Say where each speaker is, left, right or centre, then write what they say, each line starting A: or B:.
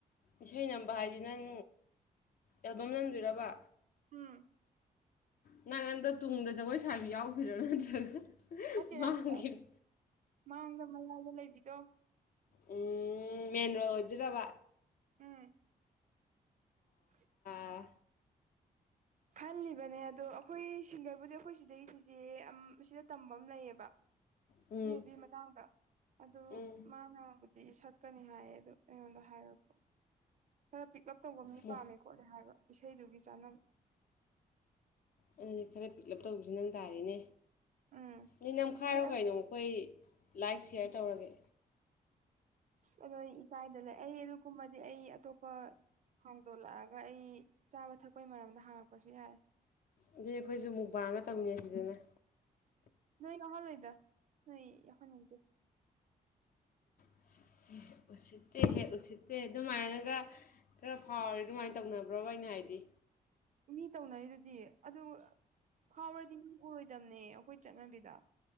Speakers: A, on the left; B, on the right.
A: ꯏꯁꯩ ꯅꯝꯕ ꯍꯥꯏꯗꯤ ꯅꯪ ꯑꯦꯜꯕꯝ ꯅꯝꯗꯣꯏꯔꯕ?
B: ꯎꯝ
A: ꯅꯅꯟꯗ ꯇꯨꯡꯗ ꯖꯒꯣꯏ ꯁꯥꯥꯏꯕꯤ ꯌꯥꯎꯗꯣꯏꯔꯥ ꯅꯠꯇ꯭ꯔꯒ꯫
B: ꯅꯠꯇꯦ
A: ꯃꯥꯡꯒꯤꯔꯣ
B: ꯅꯠꯇꯦ ꯃꯥꯡꯗ ꯃꯌꯥꯏꯗ ꯂꯩꯕꯤꯗꯣ꯫
A: ꯎꯝ ꯃꯦꯟ ꯔꯣꯜꯗ ꯑꯣꯏꯗꯣꯏꯔꯕ?
B: ꯎꯝ <inaudible>
A: ꯑꯥ
B: ꯈꯜꯂꯤꯕꯅꯦ ꯑꯗꯣ ꯑꯈꯣꯏ ꯁꯤꯡꯒꯔꯕꯨꯗꯤ ꯑꯈꯣꯏ ꯁꯤꯗꯩ ꯆꯤꯆꯦ ꯑꯝ ꯁꯤꯗ ꯇꯝꯕ ꯑꯃ ꯂꯩꯌꯦꯕ꯫
A: ꯎꯝ
B: ꯃꯣꯏ ꯑꯗꯨ ꯃꯇꯥꯡꯗ ꯑꯗꯨ
A: ꯎꯝ
B: ꯃꯥꯅ ꯁꯛꯀꯅꯤ ꯍꯥꯏꯌꯦ ꯑꯗꯨꯗ ꯑꯩꯉꯣꯟꯗ ꯍꯥꯏꯔꯛ ꯈꯔ ꯄꯤꯛꯂꯞ ꯇꯧꯕ ꯃꯤ
A: ꯃꯣ
B: ꯄꯥꯝꯃꯦ ꯈꯣꯠꯂꯦ ꯍꯥꯏꯕ ꯏꯁꯩꯗꯨꯒꯤ ꯆꯥꯅ
A: ꯑꯗꯨꯗꯤ ꯈꯔ ꯄꯤꯛꯂꯞ ꯇꯧꯕꯁꯤ ꯅꯪ ꯇꯥꯔꯤꯅꯦ
B: ꯎꯝ
A: ꯑꯗꯨꯗꯤ ꯅꯝꯈꯥꯏꯔꯣ
B: ꯑꯗꯣ ꯑꯩ
A: ꯀꯩꯅꯣ꯫ ꯈꯣꯏ ꯂꯥꯏꯛ ꯁꯤꯌꯥꯔ ꯇꯧꯔꯒꯦ꯫
B: ꯑꯁ ꯑꯗꯣ ꯑꯩ ꯏꯀꯥꯏꯗ ꯂꯩ ꯑꯩ ꯑꯗꯨꯒꯨꯝꯕꯗꯤ ꯑꯩ ꯑꯇꯣꯞꯄ ꯍꯥꯡꯗꯣꯛꯂꯛꯑ ꯑꯗꯨꯒ ꯑꯩ ꯆꯥꯕ ꯊꯛꯄꯩ ꯃꯔꯝꯗ ꯍꯥꯡꯉꯛꯄꯁꯨ ꯌꯥꯏ꯫
A: ꯑꯗꯨꯗꯤ ꯑꯩꯈꯣꯏꯁꯨ ꯃꯨꯛꯕꯥꯡ ꯇꯧꯃꯤꯟꯅꯁꯤꯗꯅ꯫
B: ꯅꯣꯏ ꯌꯥꯎꯍꯜꯂꯣꯏꯗ ꯅꯣꯏ ꯌꯥꯎꯍꯟꯅꯤꯡꯗꯦ꯫
A: ꯎꯁꯤꯠꯇꯦ ꯎꯁꯤꯠꯇꯦ ꯍꯦ ꯎꯁꯤꯠꯇꯦ ꯑꯗꯨꯃꯥꯏꯅꯒ ꯈꯔ ꯐꯥꯎꯔꯗꯤ ꯑꯗꯨꯃꯥꯏꯅ ꯇꯧꯅꯕ꯭ꯔꯥꯕ ꯑꯩꯅ ꯍꯥꯏꯗꯤ꯫
B: ꯃꯤ ꯇꯧꯅꯔꯤꯗꯨꯗꯤ ꯑꯗꯨ ꯐꯥꯎꯔꯗꯤ ꯃꯤ ꯑꯣꯏꯔꯣꯏꯗꯝꯅꯦ ꯑꯩꯈꯣꯏ ꯆꯠꯅꯕꯤꯗ꯫